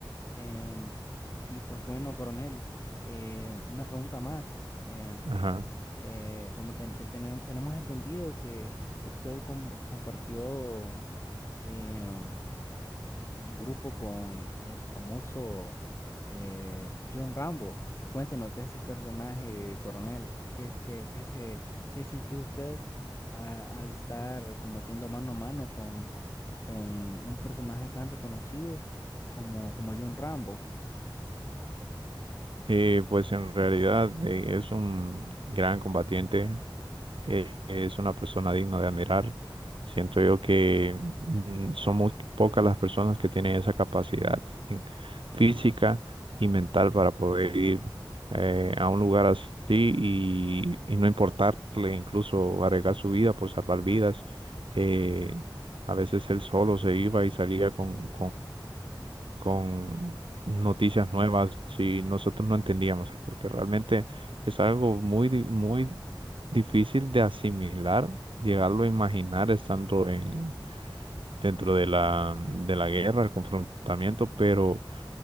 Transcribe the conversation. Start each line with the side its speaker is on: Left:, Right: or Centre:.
Left: Em, y pues bueno, coronel, eh, una pregunta más. Em,
Right: Ajá.
Left: eh, como ten- ten- tenem- tenemos entendido que usted com- compartió em, un grupo con el famoso eh, John Rambo. Cuéntenos de ese personaje, coronel. ¿Qué es que qué se qué sintió usted a- al estar combatiendo mano a mano con, con un personaje tan reconocido como, como John Rambo?
Right: Eh, pues en realidad eh, es un gran combatiente, eh, es una persona digna de admirar. Siento yo que mm, son muy pocas las personas que tienen esa capacidad en- física y mental para poder ir eh, a un lugar así y, y no importarle incluso arriesgar su vida por salvar vidas. Eh, a veces él solo se iba y salía con, con noticias nuevas si nosotros no entendíamos, porque realmente es algo muy, di- muy difícil de asimilar, llegarlo a imaginar estando en, dentro de la, de la guerra, el confrontamiento, pero